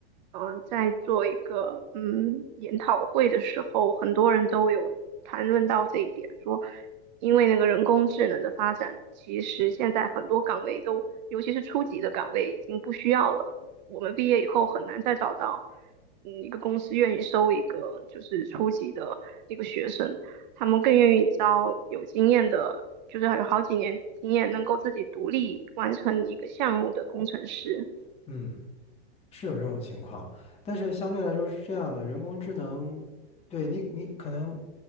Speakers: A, on the right; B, on the left.
A: 嗯、呃在做一个嗯研讨会的时候，很多人都有谈论到这一点，说因为那个人工智能的发展，其实现在很多岗位都，尤其是初级的岗位已经不需要了。我们毕业以后很难再找到，嗯，一个公司愿意收一个就是初级的一个学生，他们更愿意招有经验的，就是有好几年经验，能够自己独立完成一个项目的工程师。
B: 嗯。是有这种情况，但是相对来说是这样的，人工智能，对你，你可能